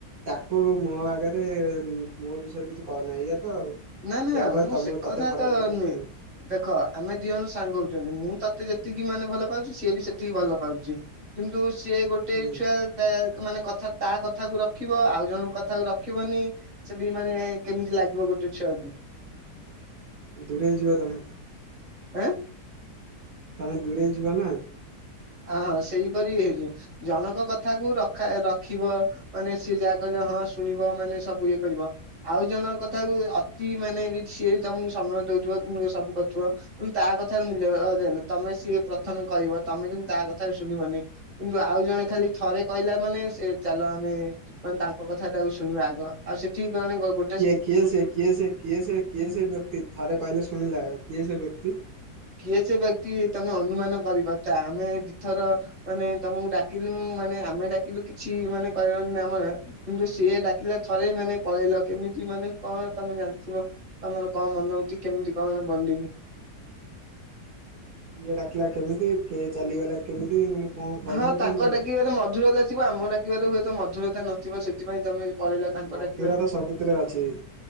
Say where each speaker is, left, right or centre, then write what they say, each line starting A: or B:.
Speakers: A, on the right; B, on the right.
A: ତାକୁ ମୋ ଆଗରେ ମୋ ବିଷୟରେ କିଛି କହନା ଏଇଆ ତ ଆଉ।
B: ନାଁ ନାଁ
A: ଯାହା ଫଳରେ
B: ମୁଁ
A: ତମକୁ
B: ସେ କଥା
A: ତତେ ଖରାପ
B: ତ
A: ଲାଗୁଛି
B: ନୁହେଁ।
A: ଆଉ
B: ଦେଖ ଆମେ ଦି ଜଣ ସାଙ୍ଗ ହୋଉଚନ୍ତି ମୁଁ ତତେ ଯେତିକି ମାନେ ଭଲ ପାଉଚି ସିଏ ବି ସେତିକି ଭଲ ପାଉଚି। କିନ୍ତୁ ସିଏ ଗୋଟେ
A: ହୁଁ
B: ଛୁଆ ତା କ୍ ମାନେ କଥା ତା କଥାକୁୁ ରଖିବ ଆଉ ଜଣ କଥାକୁ ରଖିବନି। ସେଠି ମାନେ କେମିତି ଲାଗିବ ଗୋଟେ ଛୁଆକୁ?
A: ଦୂରେଇ ଯିବ ତମେ।
B: ଆଁ?
A: ତମେ ଦୂରେଇ ଯିବ ନାଁ।
B: ଆ ହଁ ସେଇପରି ହେଇଯି ଜଣଙ୍କ କଥାକୁ ରଖା ରଖିବ। ମାନେ ସିଏ ଯାହା କହିଲେ ହଁ ଶୁଣିବ ମାନେ ସବୁ ଇଏ କରିବ। ଆଉ ଜଣକ କଥାକୁ ଅତି ମାନେ ବି ସିଏ ବି ତମୁକୁ ସମୟ ଦଉଥିବ କିନ୍ତୁ ସବୁ କରୁଥୁବ। ଉ ବି ତା କଥାର ମୁଲ୍ୟ ରହିବ ଯେ ଏଲୁ ତମେ ସିଏ ପ୍ରଥମେ କହିବ ତମେ କେମି ତା କଥାରେ ଶୁଣିବନନେଇ। କିନ୍ତୁ ଆଉ ଜଣେ ଖାଲି ଥରେ କହିଲା ମାନେ ସେ ଚାଲ ଆମେ ମାନେ ତାଙ୍କ କଥାଟାକୁ ଶୁଣିବ ଆଗ ଆଉ ସେଠିକି ଗଣି ଗ ଗୋ
A: କିଏ କିଏ ସେ କିଏ ସେ କିଏ ସେ କିଏ ସେ ବ୍ୟକ୍ତି ଥରେ କହିଲେ ଶୁିଣିଲା କିଏ ସେ ବ୍ୟକ୍ତି?
B: କିଏ ସେ ବ୍ୟକ୍ତି ତମେ ଅନୁମାନ କରିପାରୁଥା ଆମେ ଦି ଥର ମାନେ ତମୁକୁ ଡାକିଲୁ ମାନେ ଆମେ ଡାକିଲୁ କିଛି ମାନେ କହିବନି ନା ଆମ କିନ୍ତୁ ସିଏ ଡାକିଲେ ଥରେ ମାନେ ପଳେଇଲ କେମିତି ମାନେ କଣ ତମେ ଜାଣିଥିବ। ତମର କଣ ମନ ହଉଚି କେମିତି କଣ ବଣ୍ଡିଂ?
A: କିଏ ଡାକିଲା କେମିତି କିଏ ଚାଲିଗଲା କେମିତି ମାନେ କଣ କହିବାକୁ
B: ହଁ ତାଙ୍କ
A: କଣ ଯାଉଛୁ?
B: ଡାକିବାରେ ମଧୁରତା ଥିବ ଆମ ଡାକିବାରେ ହୁଏ ତ ମଧୁରତା ନ ଥିବ ସେ ଥିପାଇଁ ତମେ ବି ପଳେଇଲ ତାଙ୍କ
A: ମଧୁର
B: ଡାକିବାରେ।
A: ତ ସବୁଥିରେ ଅଛି